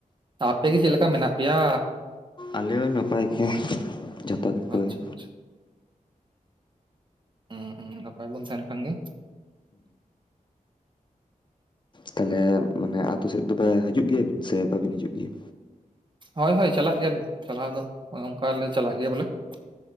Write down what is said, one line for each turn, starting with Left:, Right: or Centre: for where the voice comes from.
Right: ᱟᱯᱮ ᱜᱤ ᱪᱮᱫ ᱞᱮᱠᱟ ᱢᱮᱱᱟᱜ ᱯᱮᱭᱟ?
Left: ᱟᱞᱮ ᱱᱟᱯᱟᱭ ᱜᱮ᱾ ᱡᱚᱛᱚ ᱜᱮᱠᱚ
Right: ᱟᱪᱪᱷᱟ
Left: ᱜᱮ᱾
Right: ᱟᱪᱪᱷᱟ᱾ ᱦᱩᱸ ᱦᱩᱸ ᱱᱟᱯᱟᱭ ᱵᱚᱱ ᱛᱟᱦᱮᱱ ᱠᱷᱟᱱ ᱜᱮ
Left: ᱛᱟᱦᱚᱞᱮ ᱢᱟᱱᱮ ᱟᱛᱳ ᱥᱮᱫ ᱫᱚᱯᱮ ᱦᱤᱡᱩᱜ ᱜᱮᱭᱟᱵᱤᱱ ᱥᱮ ᱵᱟᱵᱤᱱ ᱦᱤᱡᱩᱜ ᱜᱮᱭᱟ?
Right: ᱦᱚᱭ ᱦᱚᱭ ᱪᱟᱞᱟᱜ ᱜᱮᱭᱟᱞᱤᱧ ᱪᱟᱞᱟᱣ ᱫᱚ ᱚᱝᱠᱟ ᱞᱮ ᱪᱟᱞᱟᱜ ᱜᱮᱭᱟ ᱵᱚᱞᱮ ᱾